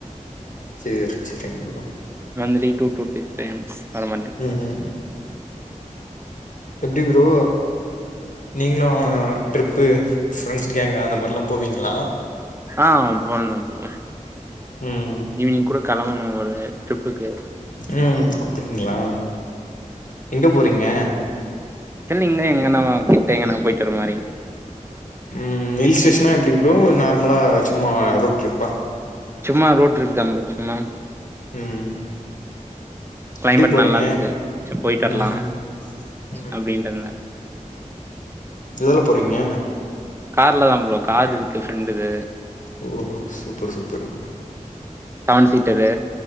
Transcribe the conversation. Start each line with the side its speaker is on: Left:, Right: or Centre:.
Left: சரி சரிங்க
Right: monthly two two two times வர மாரி இருக்கு.
Left: ம் ம் எப்டி ப்ரோ நீங்களு ட்ரிப்பு ஃரெண்ட்ஸ் கேங்க அந்த மாரில்லா போவீங்களா
Right: ஆ போனே ப்ரோ
Left: ம்
Right: ஈவினிங் கூட கெளம்பணு ஒரு ட்ரிப்புக்கு
Left: ம் அப்டிங்களா எங்க போறீங்க
Right: திலி நீங்க எங்கனா கூப்பிட்டீங்கனா போயிட்டுரு மாரி
Left: ம் ஹில் ஸ்டேஷனா எப்படி ப்ரோ நார்மலா சும்மா ரோட் ட்ரிப்பா
Right: சும்மா ரோட் ட்ரிப் தா ப்ரோ சும்மா
Left: ம்
Right: கிளைமேட்
Left: எப்டி போறீங்க
Right: நல்லா இருக்கு சரி போயிட்டு வரலா
Left: ம் ம்
Right: அப்டின்றதுனால
Left: எதுல போறீங்க
Right: கார்லதா ப்ரோ காது இருக்கு ஃரெண்டுக்கு
Left: ஓ சூப்பர் சூப்பர்
Right: செவன் சீட்டரு